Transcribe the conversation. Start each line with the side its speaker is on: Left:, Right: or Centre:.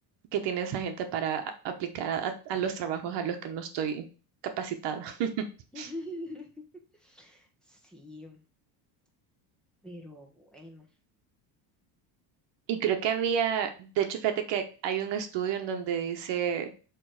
Right: que tiene esa gente para a- aplicar a, a los trabajos a los que no estoy capacitada. <laughs>
Centre: <laughs> Sí, pero bueno.
Right: Y creo que había, de hecho, fíjate que hay un estudio en donde dice